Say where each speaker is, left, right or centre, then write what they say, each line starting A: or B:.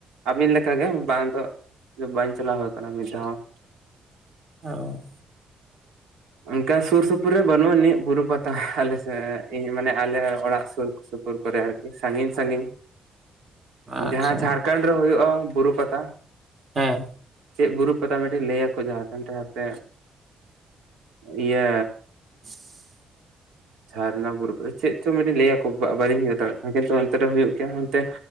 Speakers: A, on the right; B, on the right.
A: ᱟᱹᱵᱤᱱ ᱞᱮᱠᱟᱜᱮ ᱵᱟᱝ ᱫᱚ ᱤᱧ ᱫᱚ ᱵᱟᱧ ᱪᱟᱞᱟᱣ ᱟᱠᱟᱱᱟ ᱢᱤᱫ ᱫᱷᱟᱹᱣ ᱦᱚᱸ᱾
B: ᱚ᱾
A: ᱚᱱᱠᱟ ᱥᱩᱨ ᱥᱩᱯᱩᱨ ᱨᱮ ᱵᱟᱹᱱᱩᱜ ᱟᱹᱱᱤᱡ ᱵᱩᱨᱩ ᱯᱟᱛᱟ ᱟᱞᱮ ᱥᱮᱫ ᱢᱟᱱᱮ ᱟᱞᱮ ᱚᱲᱟᱜ ᱥᱩᱨ ᱥᱩᱯ ᱥᱩᱯᱩᱨ ᱠᱚᱨᱮ ᱟᱨᱠᱤ ᱥᱟᱜᱤᱧ ᱥᱟᱺᱜᱤᱧ,
B: ᱟᱪᱪᱷᱟ
A: ᱡᱟᱦᱟᱸ ᱡᱷᱟᱲᱠᱷᱚᱱᱰ ᱨᱮ ᱦᱩᱭᱩᱜᱼᱟ ᱵᱩᱨᱩ ᱯᱟᱛᱟ᱾
B: ᱦᱮᱸ
A: ᱪᱮᱫ ᱵᱩᱨᱩ ᱯᱟᱛᱟ ᱢᱤᱫᱴᱮᱱ ᱞᱟᱹᱭᱟ ᱠᱚ ᱡᱷᱟᱨᱠᱷᱚᱸᱰ ᱨᱮ ᱦᱟᱯᱮ ᱤᱭᱟᱹ
B: <inaudible>
A: ᱡᱷᱟᱨᱱᱟ ᱵᱩᱨᱩ ᱯᱟᱛᱟ ᱪᱮᱫ ᱪᱚᱝ ᱢᱤᱫᱴᱤᱡ ᱞᱟᱹᱭᱟ ᱠᱚ ᱵᱟᱨᱤᱧ ᱩᱭᱦᱟᱹᱨ ᱫᱟᱲᱮᱭᱟᱜ ᱠᱟᱱᱟ ᱠᱤᱱᱛᱩ ᱚᱱᱛᱮ ᱨᱮ ᱦᱩᱭᱩᱜ ᱜᱮᱭᱟ ᱚᱱᱛᱮ